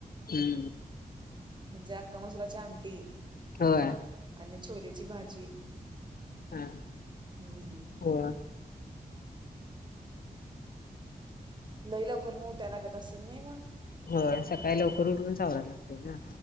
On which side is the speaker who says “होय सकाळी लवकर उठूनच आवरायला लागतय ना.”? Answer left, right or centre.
Left